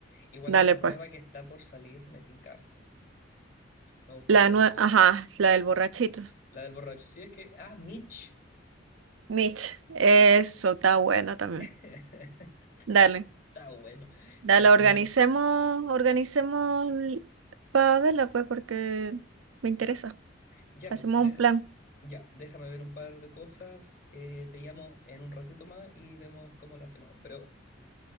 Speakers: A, on the left (about 50°); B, on the right (about 85°).
A: Igual
B: Dale,
A: esa nueva
B: pues.
A: que está por salir, me tinca harto. Me gustaría
B: La
A: ir
B: nue-
A: a verla.
B: ajá, la del
A: Ujú.
B: borrachito.
A: La del borracho. Sí, es que. Ah, Mitch.
B: Mitch, eso está bueno también.
A: <laughs>
B: Dale,
A: Está bueno.
B: dale,
A: Sí,
B: organicemos,
A: Mitch.
B: organicemos para verla, pues, porque me interesa.
A: Ya,
B: Hacemos
A: pues, deja-
B: un plan.
A: ya, déjame ver un par de cosas. eh, te llamo en un ratito más y vemos cómo la hacemos. Pero